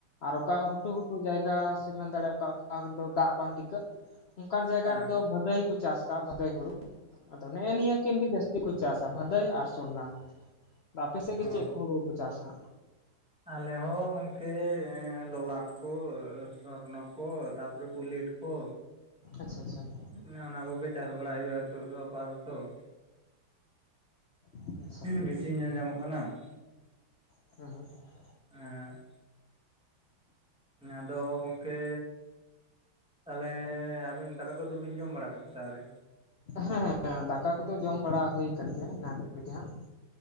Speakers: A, on the left; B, in the centre.
A: ᱟᱨ ᱚᱠᱟ ᱜᱷᱩᱴᱩ ᱜᱷᱩᱴᱩ ᱡᱟᱭᱜᱟ ᱥᱮᱴ ᱢᱮᱱ ᱫᱟᱲᱮᱜ ᱚᱠᱟ ᱚᱠᱟ ᱫᱚ ᱫᱟᱜ ᱵᱟᱝ ᱴᱤᱠᱟᱹᱜ ᱾ ᱚᱝᱠᱟᱱ ᱡᱟᱭᱜᱟ
B: ᱦᱮᱸ
A: ᱨᱮᱫᱚ ᱵᱷᱟᱹᱫᱟᱹᱭ ᱠᱚ ᱪᱟᱥ ᱠᱟᱜᱼᱟ ᱵᱷᱟᱹᱫᱟᱹᱭ ᱦᱩᱲᱩ ᱟᱫᱚ ᱱᱮᱜᱼᱮ ᱱᱤᱭᱟᱹ ᱠᱤᱱ ᱜᱮ ᱡᱟᱹᱥ ᱛᱤ ᱠᱚ ᱪᱟᱥᱟ ᱵᱷᱟᱹᱫᱟᱹᱭ ᱟᱨ ᱥᱚᱨᱱᱟ ᱟᱯᱮ ᱥᱮᱜ ᱜᱮ
B: ᱦᱚᱸ
A: ᱪᱮᱜ ᱠᱚ ᱦᱩᱲᱩ ᱠᱚ ᱪᱟᱥᱟ?
B: ᱟᱞᱮ ᱦᱚᱸ ᱜᱚᱝᱠᱮ ᱞᱚᱞᱟᱴ ᱠᱚ ᱥᱚᱨᱱᱚ ᱠᱚ ᱛᱟᱯᱚᱨᱮ ᱵᱩᱞᱮᱴ ᱠᱚ
A: ᱟᱪᱪᱷᱟ ᱟᱪᱪᱷᱟ ᱾
B: ᱚᱱᱮ ᱚᱱᱟ ᱠᱚᱜᱮ ᱪᱟᱥ ᱵᱟᱲᱟᱭ ᱦᱩᱭᱩᱜᱼᱟ ᱱᱤᱛᱚᱜ ᱫᱚ ᱟᱯᱟᱛᱚᱛᱚ ᱾
A: ᱟᱪᱪᱷᱟ
B: ᱵᱤᱥᱤ ᱧᱮᱞ ᱧᱟᱢᱚᱜ ᱠᱟᱱᱟ ᱾
A: <unintelligible>
B: ᱦᱮᱸ ᱟᱫᱚ ᱜᱚᱝᱠᱮ ᱛᱟᱦᱞᱮ ᱟᱵᱤᱱ ᱫᱟᱠᱟ ᱠᱚᱫᱚ ᱵᱤᱱ ᱡᱚᱢ ᱵᱟᱲᱟ ᱠᱮᱫᱟ ᱥᱮ ᱟᱹᱣᱨᱤ?
A: ᱦᱮᱸ ᱦᱮᱸ ᱫᱟᱠᱟ ᱠᱚᱫᱚ ᱡᱚᱢ ᱵᱟᱲᱟ ᱦᱳᱭ ᱠᱟᱱ ᱜᱮᱭᱟ ᱮᱱᱟᱝ ᱧᱚᱜ ᱨᱮᱜᱮ ᱦᱟᱸᱜ ᱾